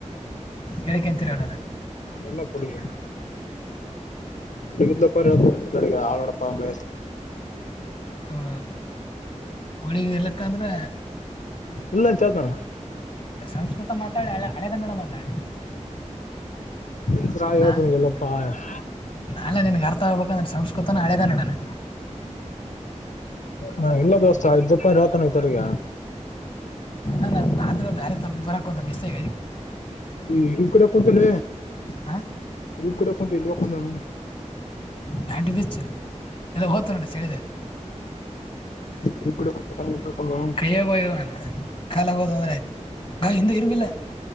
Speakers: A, on the left; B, on the left.
A: ಹೇಳೇಳ್ಕಂತೀರಿ ಹೇಳಡೋಣ
B: ಎಲ್ಲಾ ಕುಡಗ ಹಡುಗಿದ ಹಾಡಪ್ಪ ಮ
A: ಹಓ ಹಳಗ ಇರ್ಲಕ್ಕ ಅಂದ್ರೆ
B: ಇಲ್ಲ ಅಂತ ಹೇಳ್ತಾನ
A: ಸಂಸ್ಕೃತ ಮಾತ್ರ ಮಾತಾಳೆ ಹಳೆ ಹಳೆಗನ್ನಡ ಮಾತಾಳೆ
B: ಇಬ್ರ
A: ಹ
B: ಹೇಳ್ತಾನ ಎಲ್ಲಪ್ಪಾ ಹಾ
A: ಅಲ್ಲ ನಿನ್ಗೆ ಗರ್ ತಾ ಹೋಗಬೇಕಂದ್ರೆ ಸಂಸ್ಕೃತನ ಅಳೆದ ನೋಡೋಣ
B: ಹಾ ಎಲ್ಲ ದೋಸ್ತ ಐದ್ ರೂಪಾಯಿ ರಾತಾನ ಈತಗ
A: ಅ ನ ಭತು ಬೇರೆ ತರಂತ ಮಿಸ್ನೆ
B: ಈ ಇ ಕಡೆ ಕುಂತಾನ
A: ಹಾಂ
B: ಇಗ್ ಕಡೆ ಕುಂತ ಇಲ್ಂದ
A: ಹ್ಯಾಂಡವಿಚ್ ಇಲ್ಲ ಹತ್ತು ನೋ ಚಳಿದೆ
B: ಇರಿಬ್ ಕಡೆ ಕುಂತ ಅಲ್ಲಿ ಹೋಕೊಂಡವನು
A: ಕೈಯ್ಯಾಗೋಯವ ಅಂತ ಕಾಲಾಗೋದು ಅಂದ್ರೆ ಆಯ್ತು ಗ ಹಿಂದೆ ಇರ್ಬಿಲ್ಲ